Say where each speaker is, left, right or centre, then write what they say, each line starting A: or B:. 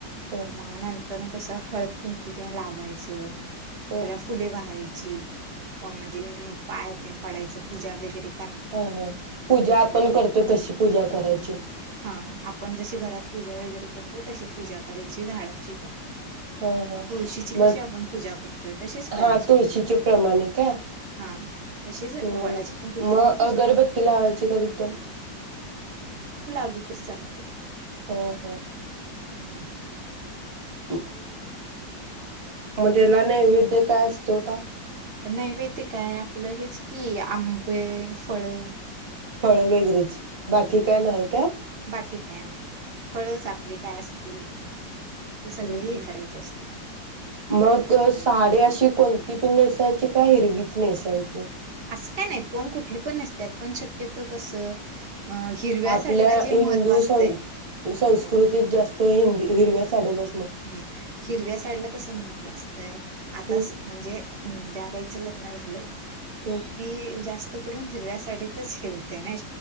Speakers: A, on the right; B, on the right.
A: ह
B: मानंतन कसं हळद कुंकु तेन लावायचं.
A: ह
B: त्याला फुले वाहाय चि म मजी पाया तेन पडायचं पूजा वैगेरे
A: हां हां पूजा आपण करतो तशी पूजा करायची.
B: हां आपण जशी घरात पूजा वगैरे करतोय तशी पूजा करायची झाडाची पण.
A: हां हां
B: तुळशीची
A: मग
B: कशी आपण पूजा करतोय तशीच करायची
A: हां तुळशीचे
B: पूजा
A: प्रमाणे काय
B: हा तशीच
A: हम्म
B: वडाची
A: हम्म
B: पण तिथे
A: म
B: जाऊन पूजा
A: अगरबत्ती
B: कर
A: लावायची का तिथं.
B: इ तर चालतंय.
A: हो हो
B: हं हं
A: <inaudible> म द्यायला नैवेद्य काय असतो का?
B: नैवेद्य काय आपलं हेच की आंबे फळं
A: फळं वगैरेच बाकी काय नाही काय?
B: बाकी काय नई. फळंच आपले काय असतील <inaudible>
A: हम्
B: हे
A: हम्
B: करायचे असतात
A: मग साडी अशी कोण ती पण नेसायची का हिरवीच नेसायची?
B: असं का नाही कोण कुठली पण नेसत्यात पण शक्यतो कसं अ हिरव्या
A: आपल्या
B: साडीला जे
A: हिंदू
B: महत्त्व असतंय
A: सं संस्कृतीत जास्त हिंदी हिरव्या साडीला
B: हम् हिरव्या साडीला कसं महत्त्व असतंय
A: हम्म
B: आता स म्हणजे ज्या बाई चे लग्न झालंय.
A: हम्म
B: ती जास् ते करून हिरव्या साडीतच हे होतंय नाय